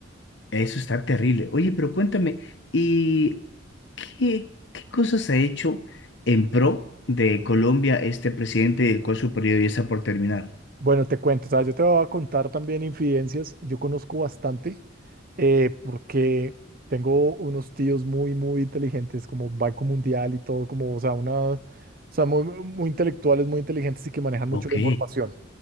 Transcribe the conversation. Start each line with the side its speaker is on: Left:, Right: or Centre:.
Left: Eso está terrible. Oye, pero cuéntame, ¿y qué, qué cosas ha hecho en pro de Colombia este presidente, el cual su periodo ya está por terminar?
Right: Bueno, te cuento, o sea, yo te voy a contar también infidencias. Yo conozco bastante eh, porque tengo unos tíos muy, muy inteligentes, como Banco Mundial y todo, como, o sea, una, o sea, muy, muy intelectuales, muy inteligentes y que manejan mucho
Left: Ok,
Right: la información.